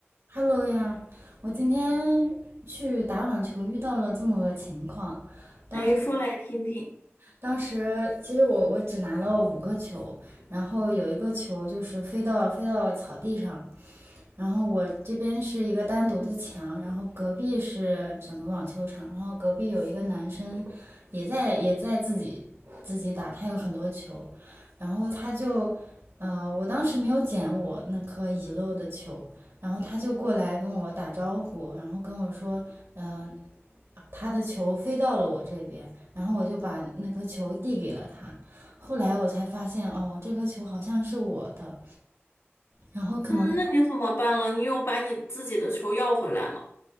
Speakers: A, on the right; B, on the left.
A: Hello 呀，我今天去打网球遇到了这么个情况。当时
B: 哎，说来听听。
A: 当时其实我我只拿了五个球，然后有一个球就是飞到飞到草地上，然后我这边是一个单独的墙，然后隔壁是整个网球场，然后隔壁有一个男生也在也在自己自己打，他有很多球，然后他就，呃，我当时没有捡我那颗遗漏的球，然后他就过来跟我打招呼，然后跟我说，嗯、呃他的球飞到了我这边，然后我就把那颗球递给了他。后来我才发现，哦，这颗球好像是我的，然后可能
B: 嗯，那你怎么办了？你有把你自己的球要回来吗？